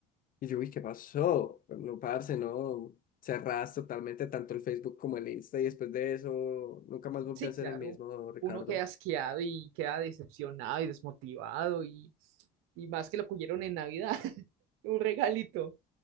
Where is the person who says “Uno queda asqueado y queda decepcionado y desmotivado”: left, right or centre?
Right